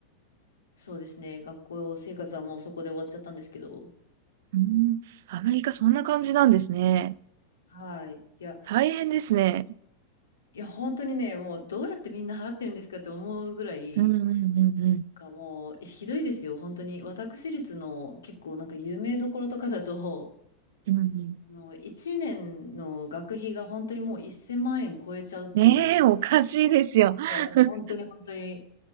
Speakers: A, on the left; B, on the right.
A: そうですね、学校生活はもうそこで終わっちゃったんですけど、
B: うん、アメリカそんな感じなんですね。
A: はい。いや、
B: 大変ですね。
A: いや本当にね、もうどうやってみんな払ってるんですかって思うぐらい、
B: うんうんうんうん。
A: がもう、えひどいですよ、本当に。私立の結構なんか有名どころとかだと、
B: うんうん。
A: あの、1年の学費が本当にもう1000万円超えちゃうっていう。
B: ねえ、
A: い
B: おかしいですよ。<laughs>
A: や、本当に本当に。